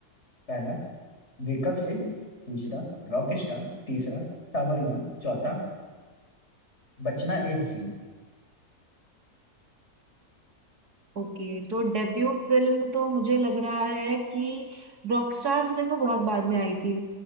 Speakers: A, on the left; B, on the right.
A: पहला वेकअप सिड दूसरा रॉक स्टार तीसरा सावरियां चौथा बचना ए हसीन
B: ओके तो डेब्यू फिल्म तो मुझे लग रहा है कि रॉकस्टार तो देखो बहुत बाद में आई थी